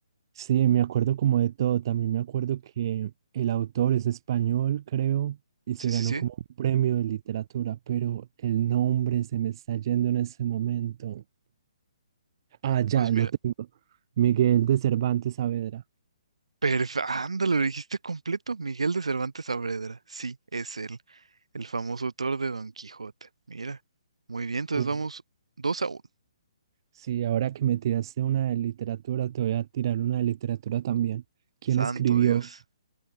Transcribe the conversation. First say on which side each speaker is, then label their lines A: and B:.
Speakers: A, on the right (about 45°); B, on the right (about 70°).
A: sí, me acuerdo como de todo, también me acuerdo que el autor es español, creo, y se
B: Sí,
A: ganó
B: sí, sí.
A: como un premio de literatura, pero el nombre se me está yendo en ese momento. Ah, ya
B: Pues
A: lo
B: mira,
A: tengo. Miguel de Cervantes Saavedra.
B: perfecto. Ándale, lo dijiste completo. Miguel de Cervantes Saavedra. Sí, es él. El famoso autor de Don Quijote. Mira. Muy bien, entonces
A: Uf,
B: vamos dos a uno,
A: sí, ahora que me tiraste una de literatura, te voy a tirar una de literatura también. ¿Quién
B: Santo
A: escribió?
B: Dios.